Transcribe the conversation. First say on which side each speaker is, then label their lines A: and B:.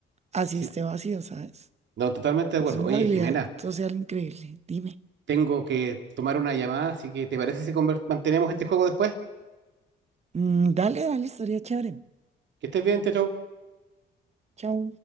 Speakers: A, on the right; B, on the right.
A: así
B: sí,
A: esté vacío, ¿sabes?
B: no, totalmente de
A: Es
B: acuerdo.
A: una
B: Oye,
A: habilidad
B: Jimena,
A: social increíble. Dime.
B: tengo que tomar una llamada, así que ¿te parece si conver- mantenemos este juego después?
A: Mm, dale, dale, estaría chévere.
B: Que estés bien, chao. chao.
A: Chao.